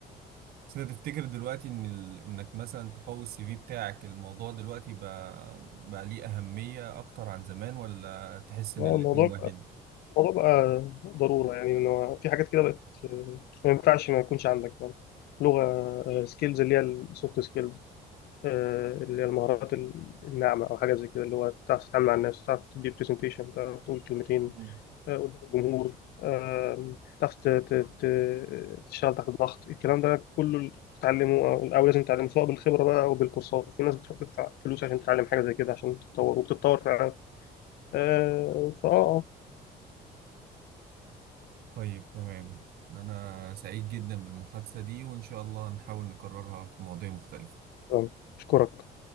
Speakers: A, on the right (about 65°); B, on the left (about 70°).
A: بس انت تفتكر دلوقتي ان ال... انك مثلا تقوي السي في بتاعك الموضوع دلوقتي بقى... بقى ليه اهمية اكتر عن زمان ولا تحس ان
B: اه
A: الاتنين
B: الموضوع
A: واحد؟
B: الموضوع بقى ضرورة يعني إن هو في حاجات كده بقت آه، ما ينفعش ما يكونش عندك يعني لغة سكيلز اللي هي السوفت سكيلز آه، اللي هي المهارات الناعمة أو حاجة زي كده اللي هو تعرف تتعامل مع الناس تعرف تدي برزنتيشن تعرف تقول كلمتين
A: مم.
B: آه، قدام الجمهور آه، تعرف ت- ت- ت- تشتغل تحت ضغط الكلام ده كله تتعلمه أو أو لازم تتعلمه سواء بالخبرة بقى أو بالكورسات في ناس بتروح تدفع فلوس عشان تتعلم حاجة زي كده عشان تتطور وبتتطور فعلا آه، فأه آه،
A: طيب تمام انا سعيد جدا بالمحادثة دي وان شاء الله نحاول نكررها في مواضيع مختلفة
B: آه، أشكرك